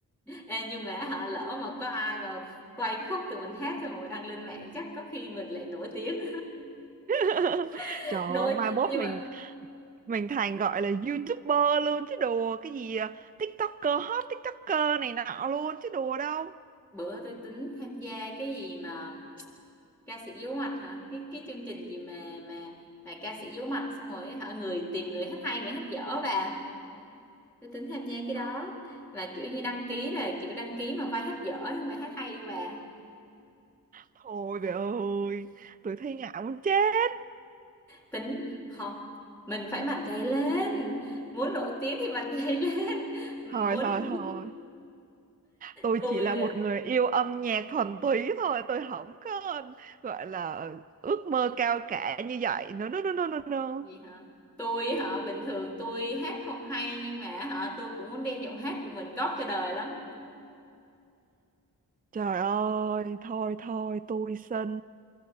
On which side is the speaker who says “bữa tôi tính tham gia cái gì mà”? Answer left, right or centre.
Centre